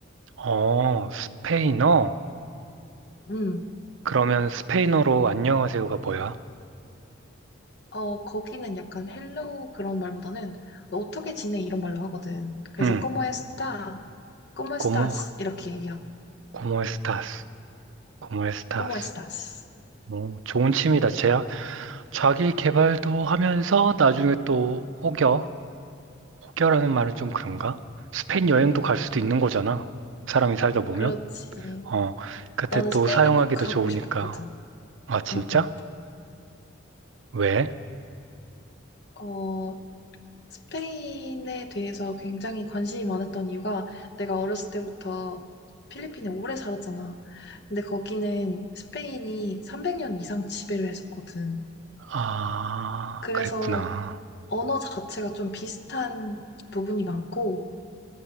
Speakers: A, on the right; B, on the left.
A: 어, 스페인어?
B: 음.
A: 그러면 스페인어로 안녕하세요가 뭐야?
B: 어, 거기는 약간 헬로우 그런 말보다는 너 어떻게 지내 이런 말로 하거든. 그래서
A: 응,
B: como está? como estás?
A: 고모,
B: 이렇게 얘기하고
A: 고모 에스타스, 고모 에스타스.
B: como estás?
A: 뭐, 좋은 취미다. 제, 자기 개발도 하면서 나중에 또 혹여, 혹여라는 말은 좀 그런가? 스페인 여행도 갈 수도 있는 거잖아. 사람이 살다 보면.
B: 그렇지.
A: 어, 그때
B: 나는
A: 또
B: 스페인을
A: 사용하기도
B: 꼭 가보고
A: 좋으니까.
B: 싶었거든.
A: 아, 진짜?
B: 응, 응.
A: 왜?
B: 어, 스페인에 대해서 굉장히 관심이 많았던 이유가 내가 어렸을 때부터 필리핀에 오래 살았잖아. 근데 거기는 스페인이 300년 이상 지배를 했었거든.
A: 아,
B: 그래서
A: 그랬구나.
B: 언어 자체가 좀 비슷한 부분이 많고,